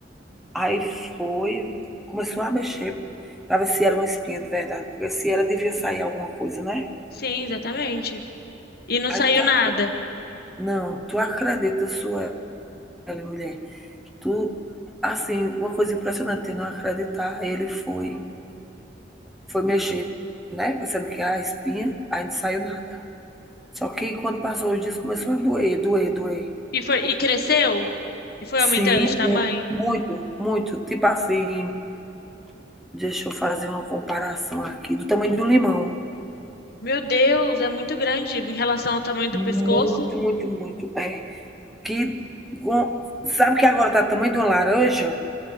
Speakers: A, in the centre; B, on the left.
A: Aí foi, começou a mexer para ver se era uma espinha de verdade, porque se era devia sair alguma coisa, né?
B: Sim, exatamente. E não
A: Aí
B: saiu
A: tu, a-
B: nada.
A: não, tu acredita, Sueli, mulher. Tu, assim, uma coisa impressionante, eu não acreditar. Aí ele foi, foi mexer, né? Pensando que era a espinha, aí não saiu nada. Só que quando passou os dias, começou a doer, doer, doer.
B: E foi e cresceu? E foi
A: Sim,
B: aumentando de tamanho?
A: mu- muito, muito. Tipo assim, Deixa eu fazer uma comparação aqui do tamanho do limão.
B: Meu Deus, é muito grande em relação ao tamanho do
A: Muito,
B: pescoço.
A: muito, muito. É que com- sabe que agora tá do tamanho de uma laranja?